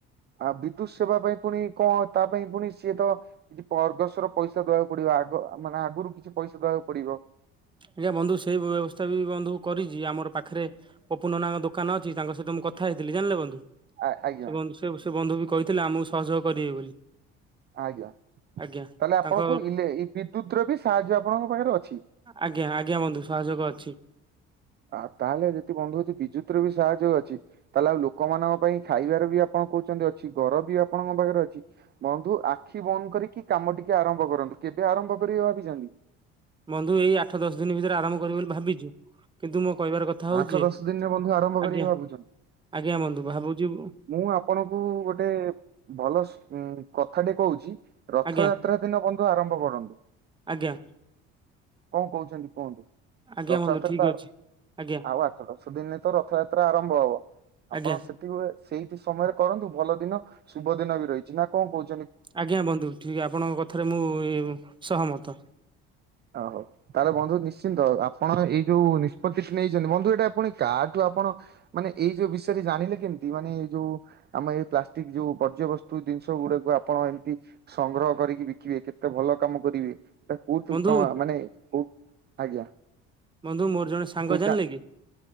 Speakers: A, on the right; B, on the right.
A: ଆ ବିଦ୍ୟୁତ ସେବା ପାଇଁ ପୁଣି କଣ ତା ପାଇଁ ପୁଣି ସିଏ ତ କିଛି ଅର୍ଗସର ପଇସା ଦେବାକୁ ପଡିବ ଆଗ ମାନେ ଆଗୁ- ହାତରୁ କିଛି ପଇସା ଦେବାକୁ ପଡିବ।
B: ଆଜ୍ଞା ବନ୍ଧୁ ସେଇ ବ୍ୟବସ୍ଥା ବି ବନ୍ଧୁ କରିଚି ଆମର ପାଖରେ ପପୁ ନନାଙ୍କ ଦୋକାନ ଅଛି ତାଙ୍କ ସହିତ ମୁଁ କଥା ହେଇଥିଲି ଜାଣିଲେ ବନ୍ଧୁ।
A: ଆ-ଆଜ୍ଞା।
B: ସେ ବନ୍ଧୁ ସେ ବନ୍ଧୁ ବି କହିଥିଲେ ଆମକୁ ସହଯୋଗ କରିବେ ବୋଲି।
A: ଆଜ୍ଞା ତାହେଲେ
B: ଆଜ୍ଞା
A: ଆପଣଙ୍କୁ
B: ତାଙ୍କ
A: ଇଲେ ଇ ବିଦ୍ୟୁତ ର ବି ସାହାଯ୍ୟ ଆପଣଙ୍କ ପାଖରେ ଅଛି।
B: ଆଜ୍ଞା ଆଜ୍ଞା ବନ୍ଧୁ ସହଯୋଗ ଅଛି।
A: ଆଉ ତାହେଲେ ଯଦି ବନ୍ଧୁ ଯଦି ବିଦ୍ୟୁତର ବି ସାହାଯ ଅଛି ତାହେଲେ ଆଉ ଲୋକମାନଙ୍କ ପାଇଁ ଖାଇବାରେ ବି ଆପଣ କୋହୁଚନ୍ତି ଅଛି ଘର ବି ଆପଣଙ୍କ ପାଖରେ ଅଛି ବନ୍ଧୁ ଆଖି ବନ୍ଦ କରିକି କାମ ଟିକେ ଆରମ୍ଭ କରନ୍ତୁ। କେବେ ଆରମ୍ଭ କରିବେ ଭାବିଚନ୍ତି?
B: ବନ୍ଧୁ ଏଇ ଆଠ ଦଶ ଦିନ ଭିତରେ ଆରମ୍ଭ କରିବୁ ବୋଲି ଭାବିଚୁ କିନ୍ତୁ ମୋ କହିବାର କଥା ହୋଉଚି
A: ଆଠ ଦଶ ଦିନରେ ବନ୍ଧୁ
B: ଉଁ
A: ଆରମ୍ଭ କରିବେ
B: ଆଜ୍ଞା
A: ଭାବୁଛନ୍ତି
B: ଆଜ୍ଞା ବନ୍ଧୁ ଭାବୁଚି।
A: ମୁଁ ଆପଣଙ୍କୁ ଗୋଟେ ଭଲ ସୁ କଥା ଟେ କୋହୁଚି। ରଥଯାତ୍ରା
B: ଆଜ୍ଞା
A: ଦିନ ବନ୍ଧୁ ଆରମ୍ଭ କରନ୍ତୁ।
B: ଆଜ୍ଞା
A: କଣ କୋହୁଚନ୍ତି କୁହନ୍ତୁ
B: ଆଜ୍ଞା
A: ରଥଯାତ୍ରା
B: ବନ୍ଧୁ ଠିକ
A: ତ
B: ଅଛି। ଆଜ୍ଞା
A: ଆଉ ଆଠ ଦଶ ଦିନିରେ ତ ରଥଯାତ୍ରା ଆରମ୍ଭ ହବ ଆପଣ
B: ଆଜ୍ଞା
A: ସେତିକି ବେଳେ ସେଇଠି ସମୟରେ କରନ୍ତୁ ଭଲ ଦିନ ଶୁଭ ଦିନ ବି ରହିଚି ନା କଣ କୋହୁ
B: ଆଜ୍ଞା ବନ୍ଧୁ ଠିକ ଆପଣଙ୍କ କଥାରେ ମୁଁ ସହମତ।
A: ଓ ହୋଉ ତାହଲେ ବନ୍ଧୁ ନି ଶ୍ଚିନ୍ତ ଆପଣ ଏଇ ଯୋଉ ନିଷ୍ପତିଟି ନେଇଚନ୍ତି ବନ୍ଧୁ ଏଟା ଆପଣ କାହାଠୁ ଆପଣ ମାନେ ଏଇ ଯୋଉ ବିଷୟ ଜାଣିଲେ କେମିତି ମାନେ ଏଇ ଯୋଉ ଆମ ଏଇ ପ୍ଲାଷ୍ଟିକ ଯୋଉ ବର୍ଜ୍ୟବସ୍ତୁ ଜିନିଷ ଗୁଡାକୁ ଆପଣ ଏମିତି ସଂଗ୍ରହ କରିକି ବିକିବେ କେତେ ଭଲ କାମ କରିବେ। କୋଉଠୁ
B: ବନ୍ଧୁ
A: କଣ ମାନେ କୋଉ ଆଜ୍ଞା।
B: ବନ୍ଧୁ ମୋର ଜଣେ ସାଙ୍ଗ
A: କୋଉ
B: ଜାଣିଲେ କି